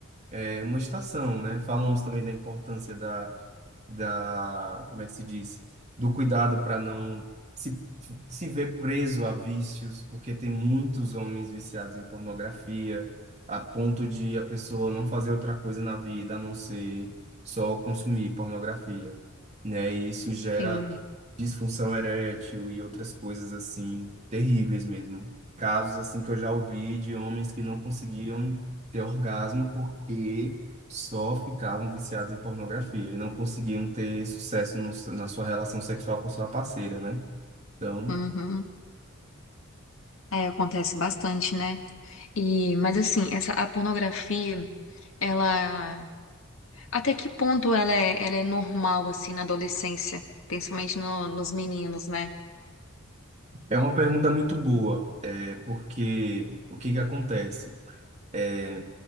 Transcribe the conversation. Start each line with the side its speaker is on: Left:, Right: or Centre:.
Right: é, uma estação, né? Falamos também da importância da, como é que se diz? Do cuidado para não se, se ver preso a vícios, porque tem muitos homens viciados em pornografia, a ponto de a pessoa não fazer outra coisa na vida a não ser só consumir pornografia, né? E isso gera
Left: sim.
Right: disfunção erétil e outras coisas assim terríveis mesmo. Casos assim que eu já ouvi de homens que não conseguiam ter orgasmo porque só ficavam viciados em pornografia e não conseguiam ter sucesso no- na sua relação sexual com sua parceira, né? Então,
Left: Uhum. É, acontece bastante, né? E, mas assim, essa a pornografia, ela até que ponto ela é, ela é normal assim na adolescência, principalmente no- nos meninos, né?
Right: é uma pergunta muito boa, é, porque o que que acontece? É,